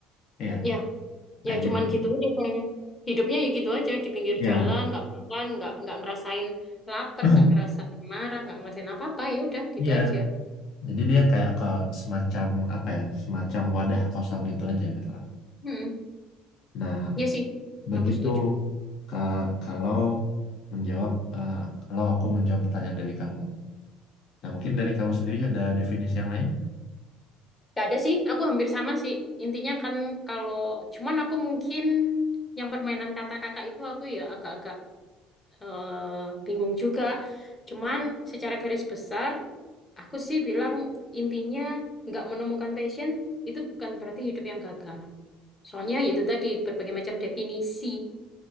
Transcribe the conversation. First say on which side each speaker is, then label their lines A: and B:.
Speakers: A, on the left; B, on the left.
A: ya kan?
B: ya,
A: Kayak
B: ya. Cuman
A: gitu.
B: gitu aja soalnya. Hidupnya ya gitu aja di pinggir
A: Ya,
B: jalan, nggak makan, nggak nggak ngerasain lapar,
A: <clears throat>
B: nggak ngerasain marah, nggak ngerasain apa-apa. Ya udah, gitu
A: Iya,
B: aja.
A: Jadi dia kayak ke semacam apa ya, semacam wadah kosong gitu aja gitu lah.
B: Mm-mm.
A: Nah,
B: Iya sih,
A: begitu
B: aku setuju.
A: ka- kalau menjawab eh, kalau aku menjawab pertanyaan dari kamu. Nah, mungkin dari kamu sendiri ada definisi yang lain?
B: Gak ada sih, aku hampir sama sih. Intinya kan kalau, cuman aku mungkin yang permainan kata kakak itu aku ya agak-agak eh, bingung juga. Cuman secara garis besar, aku sih bilang intinya nggak menemukan passion itu bukan berarti hidup yang gagal. Soalnya yaitu tadi berbagai macam definisi